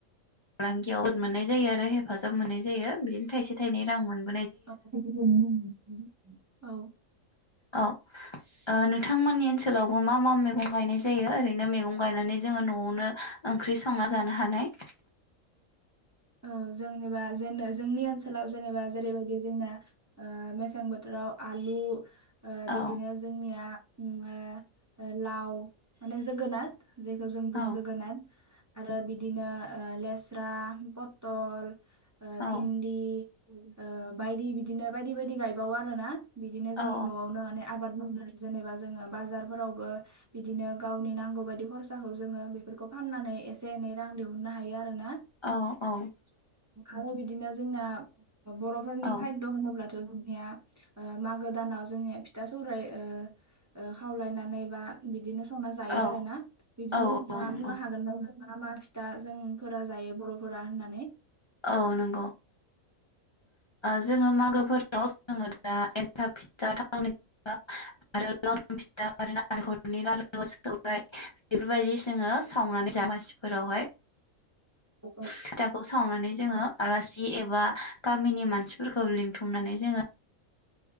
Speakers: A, on the left; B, on the right.
A: फालांगियाव मोननाय जायो आरो हेफाजाब मोननाय जायो बिदिनो थाइसे थाइनै रां मोन
B: <unintelligible> औ ।
A: औ ओ नोंथांमोननि ओनसोलावबो मा मा मैगं गायनाय जायो ओरैनो मेगं गायनानै जोङो न'आवनो ओंख्रि संना जानो हानाय
B: औ जोंनिबा जेनो जोंनि ओनसोलाव जेनेबा जेरैबायदि जोंना ओ मेसें बोथोराव आलु ओ बिदिनो
A: औ
B: जोंनिया ना लाव, माने जोगोनाथ जेखौ जों बुङो
A: औ
B: जोगोनाथ आरो बिदिनो ओ लेस्रा पतल ओ
A: औ
B: भिन्दि ओ बायदि बिदिनो बायदि बायदि गायबावो आरो ना। बिदिनो
A: औ
B: जों न'आवनो माने आबाद बुंनानै जेनेबा जोङो बाजारफोरावबो बिदिनो गावनि नांगौ बायदि खरसाखौ जोङो बेफोरखौ फाननानै एसे एनै रां दिहुननो हायो आरोना।
A: औ औ। ओ
B: आरो बिदिनो जोंना बर'फोरनि
A: औ
B: खाद्य' होनोब्लाथ' स जोंनिया ओ मागो दानाव जोंनिया फिथा सौराय ओ ओ खावलायनानै बा बिदिनो संना जायो
A: औ
B: आरो ना बिदिनो
A: औ
B: नोंथाङा
A: नंगौ
B: बुंनो हागोन। मा मा फिथा जोंफोरा जायो बर'फोरा होनना नानै।
A: औ नंगौ। जोङो मागोफोराव जोङो दा एन्थाब फिथा थावनि फिथा आरो लारू फिथा आरो नारेंखरनि लारु सौराय बेफोरबायदि जोङो सावनानै दमासिफोरावहाय
B: औ
A: फिथाखौ सावनानै जोङो
B: औ
A: आलासि एबा गाब गामिनि मानसिफोरखौ लिंथुमनानै जोङो